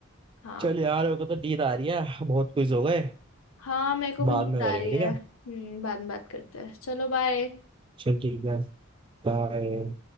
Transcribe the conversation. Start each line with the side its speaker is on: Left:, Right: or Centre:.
Left: हाँ
Right: चल यार मेरे को तो नींद आ रही है बहुत कुछ हो गए
Left: हाँ मेरे को भी
Right: बाद
Left: नींद
Right: में करेंगे
Left: आ रही
Right: ठीक
Left: है
Right: है
Left: हम्म बाद में बात करते हैं चलो बाय
Right: चल ठीक है बाय